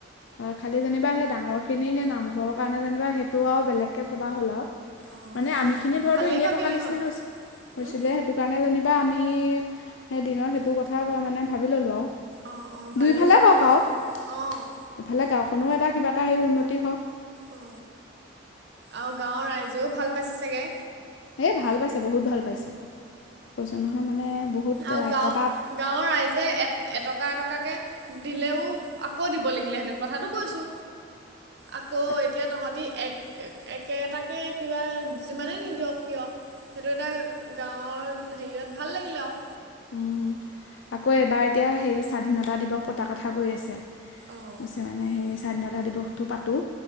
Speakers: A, on the left; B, on the right.
A: খালি যেনিবা সেই ডাঙৰখিনি সেই নামঘৰৰ কাৰণে যেনিবা সেইটোও আৰু বেলেগকে ভবা হল আৰু।
B: অঁ
A: মানে আমি খিনি ধৰতো
B: ভালেই
A: এনেই
B: ভাবিলিহঁত
A: থকা নিচিনা হৈছে
B: হুম
A: হৈছিলে সেইটো কাৰণে জানি। বা আমি সেই দিনত সেইটো কথা কও মানে। ভাবি ললো আৰু। দুইফালে
B: অ', অ', ভালেই ভাবিলিহঁত
A: হওক আৰু
B: অ',
A: এফালে গাও। কোনো এটা কিবা এটা হেই উন্নতি হওক।
B: অহ, আৰু গাৱৰ ৰাইজেও ভাল পাইছে চাগে।
A: এই ভাল পাইছে বহুত ভাল পাইছে। কৈছো নহয়। মানে বহুত
B: আৰু গাঁও
A: একতাত
B: গাঁওৰ ৰাইজে এ এটকা এটকা। দিলেও আকৌ দিব লাগিলে সেঁন। কথাতটো কৈছো আকৌ
A: তাকে
B: এতিয়া তহঁতি এক। একেটাকে কিবা যিমানে নিদিয়ক কিয়। সেইটো এটা গাঁৱৰ। হেৰিয়াত ভাল লাগিলে আৰু।
A: উম আকৌ এবাৰ এতিয়া হে স্বাধীনতা দিৱস পতা কথা কৈ আছে।
B: অ',
A: গ মানে সেই। স্বাধীনতা দিৱসটো পাতোঁ